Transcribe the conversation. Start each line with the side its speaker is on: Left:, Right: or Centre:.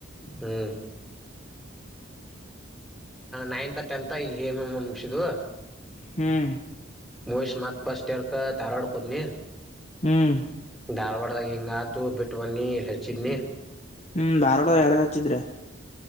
Centre: ಹ್ಮ್ ನೈನ್ತ್ ಟೆಂತ್ ಇಲ್ಲಿ ಹೇಮಮ್ಮ ಮುಗಸಿದ್ವಿ
Left: ಹ್ಮ್
Centre: ಮುಗಿಶಿ ಮತ್ ಫರ್ಸ್ಟಿಯರ್ಕ್ ಧಾರವಾಡ ಹೊದ್ನಿ
Left: ಹ್ಮ್
Centre: ಧಾರವಾಡ ಧಾರವಾಡದಾಗ ಹಿಂಗಾತು ಬಿಟ್ಟ ಬನ್ನಿ ಇಲ್ಲಿ ಹೆಚ್ಚಿದ್ನಿ
Left: ಹ್ಮ್ ಧಾರವಾಡ ಯಾರು ಹಚ್ಚಿದ್ರ